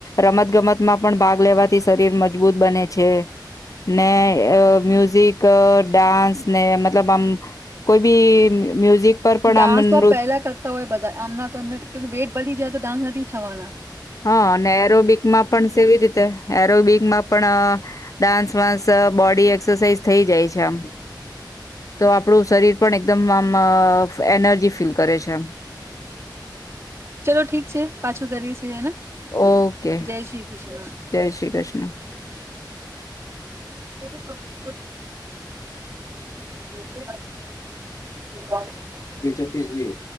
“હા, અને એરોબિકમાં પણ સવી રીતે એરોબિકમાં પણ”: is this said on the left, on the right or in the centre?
Left